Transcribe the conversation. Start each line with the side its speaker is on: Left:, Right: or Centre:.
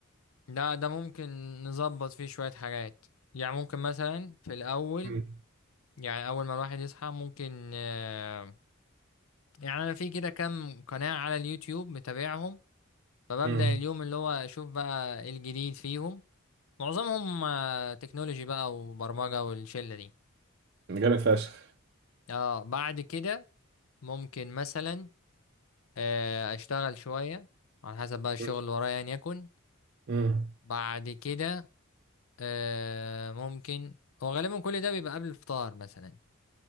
Left: لا ده ممكن نظبط فيه شويه حاجات يعني ممكن مثلا في الاول
Right: امم
Left: يعني اول ما الواحد يصحى ممكن آه، يعني انا في كده كام قناه على اليوتيوب متابعهم فببدأ
Right: امم
Left: اليوم اللي هو اشوف بقى إيه الجديد فيهم معظمهم آه، تكنولوجي بقى وبرمجة والشلة دي
Right: جامد فشخ
Left: اه بعد كده ممكن مثلا آه، اشتغل شوية على حسب بقى الشغل
Right: مم.
Left: اللي ورايا ان يكن
Right: مم.
Left: بعد كده آه، ممكن هو غالبا كل ده بيبقى قبل الفطار مثلا